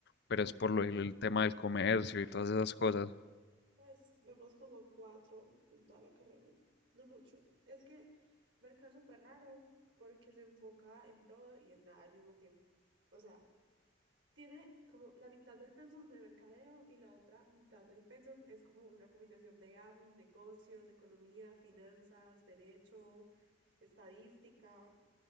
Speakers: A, on the left; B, on the right.
A: pero es por lo, el tema del comercio y todas esas cosas.
B: Pues vemos como cuatro en toda la carrera, no mucho. Es que Mercado es súper raro porque se enfoca en todo y en nada al mismo tiempo. O sea, tiene como la mitad del pensum de mercadeo y la otra mitad del pensum es como una combinación de admin, negocios, economía, finanzas, derecho, estadística.